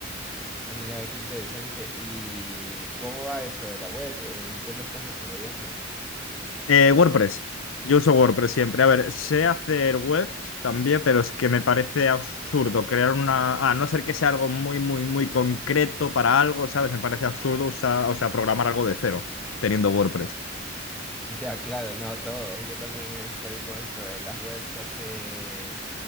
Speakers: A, in the centre; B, on the left.
A: Ah, mira, ve qué interesante. ¿Y cómo va eso de la web? ¿En qué lo estás desarrollando?
B: Eh, WordPress. Yo uso WordPress siempre. A ver, sé hacer webs también, pero es que me parece absurdo crear una... A no ser que sea algo muy, muy, muy concreto para algo, ¿sabes? Me parece absurdo usar, o sea, programar algo de cero teniendo WordPress.
A: Ya, claro, no, todos. Yo también estoy con esto de las webs hace